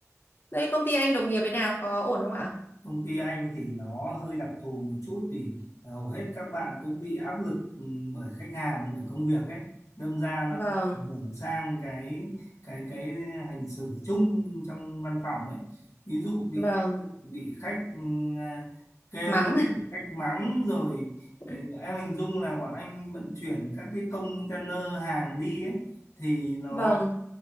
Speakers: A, on the left; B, on the left.
A: đây công ty anh đồng nghiệp thế nào có ổn không ạ
B: công ty anh thì nó hơi đặc thù một chút thì à, hầu hết các bạn cũng bị áp lực ừ, bởi khách hàng bởi công việc ấy đâm ra nó
A: vâng
B: cũng ảnh hưởng sang cái cái cái hành xử chung trong văn phòng ấy ví dụ bị
A: vâng
B: áp lực, bị khách ừ, à, kêu
A: mắng
B: khách mắng rồi ừ,
A: <laughs>
B: em hình dung là bọn anh vận chuyển các cái container hàng đi ấy thì nó
A: vâng